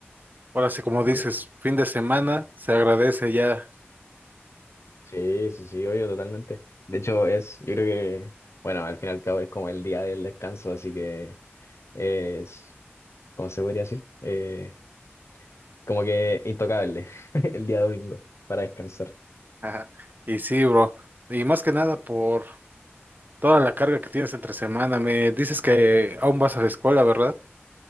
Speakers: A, on the right (about 45°); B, on the left (about 85°).
A: Ahora sí, como dices,
B: Ya.
A: fin de semana, se agradece ya.
B: Sí, sí, sí, obvio, totalmente. De hecho es, yo creo que, bueno, al fin y al cabo es como el día del descanso, así que es, ¿cómo se podría decir? Eh, como que intocable <laughs> el día domingo para descansar.
A: Ajá. Y sí, bro. Y más que nada por toda la carga que tienes entre semana. Me dices que aún vas a la escuela, ¿verdad?